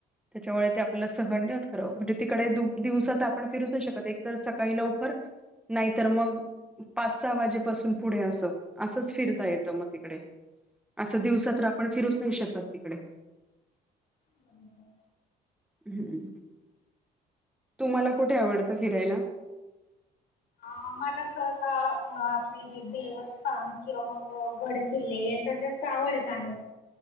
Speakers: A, in the centre; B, on the left.
A: त्याच्यामुळे ते आपल्याला सहन नाही होत खरं म्हणजे तिकडे दिवसात आपण फिरूच नाही शकत एक तर सकाळी लवकर नाहीतर मग पाच सहा वाजेपासून पुढे असं असंच फिरता येतं मग तिकडे. असं दिवसात तर आपण फिरूच नाही शकत तिकडे.
B: बरोबर.
A: हम् तुम्हाला कुठे आवडतं फिरायला.
B: आ मला सहसा अ आपले हे देवस्थान किंवा मग गड किल्ले याच्यावर जास्त आवड आहे जाणे